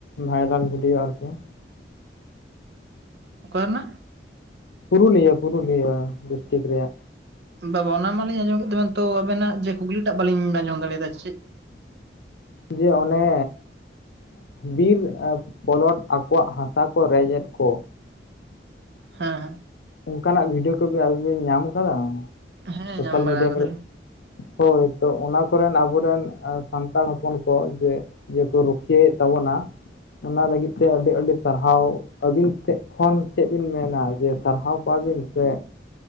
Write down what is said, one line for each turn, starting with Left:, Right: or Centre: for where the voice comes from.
Left: ᱵᱷᱟᱭᱨᱟᱞ ᱵᱷᱤᱰᱭᱳ ᱟᱨᱠᱤ
Right: ᱚᱠᱟ ᱨᱮᱱᱟᱜ?
Left: ᱯᱩᱨᱩᱞᱤᱭᱟᱹ ᱯᱩᱨᱩᱞᱤᱭᱟᱹ ᱰᱤᱥᱴᱤᱠ ᱨᱮᱭᱟᱜ
Right: ᱵᱟᱼᱵᱟ ᱚᱱᱟ ᱢᱟᱞᱤᱧ ᱟᱸᱡᱚᱢ ᱠᱮᱫ ᱛᱟᱵᱮᱱ ᱛᱚ ᱟᱵᱮᱱᱟᱜ ᱡᱮ ᱠᱩᱠᱞᱤ ᱴᱟᱜ ᱵᱟᱞᱤᱧ ᱟᱸᱡᱚᱢ ᱫᱟᱲᱮᱭᱟᱫᱟ ᱪᱮᱫ
Left: ᱡᱮ ᱚᱱᱮ ᱵᱤᱨ ᱯᱚᱞᱚᱴ ᱟᱠᱚᱣᱟᱜ ᱦᱟᱥᱟ ᱠᱚ ᱨᱮᱡᱮᱫ ᱠᱚ
Right: ᱦᱮᱸ ᱦᱮᱸ
Left: ᱚᱱᱠᱟᱱᱟᱜ ᱵᱷᱤᱰᱭᱳ ᱠᱚᱜ ᱟᱵ ᱵᱤᱱ ᱧᱟᱢ ᱠᱟᱫᱟ
Right: ᱦᱮᱸ
Left: ᱥᱳᱥᱟᱞ
Right: ᱧᱟᱢ ᱵᱟᱲᱟ
Left: ᱢᱤᱰᱤᱭᱟ
Right: ᱠᱟᱫᱟᱞᱤᱧ
Left: ᱠᱚᱨᱮ? ᱦᱳᱭ ᱛᱚ ᱚᱱᱟ ᱠᱚᱨᱮᱱ ᱟᱵᱚᱨᱮᱱ ᱥᱟᱱᱛᱟᱲ ᱦᱚᱯᱚᱱ ᱠᱚ ᱡᱮ ᱡᱮᱠᱚ ᱨᱩᱠᱷᱤᱭᱟᱹᱮᱫ ᱛᱟᱵᱚᱱᱟ ᱚᱱᱟ ᱞᱟᱹᱜᱤᱫ ᱛᱮ ᱟᱹᱰᱤ ᱟᱹᱰᱤ ᱥᱟᱨᱦᱟᱣ ᱟᱹᱵᱤᱱ ᱥᱮᱫ ᱠᱷᱚᱱ ᱪᱮᱫ ᱵᱤᱱ ᱢᱮᱱᱟ ᱡᱮ ᱥᱟᱨᱦᱟᱣ ᱠᱚᱣᱟᱵᱤᱱ ᱥᱮ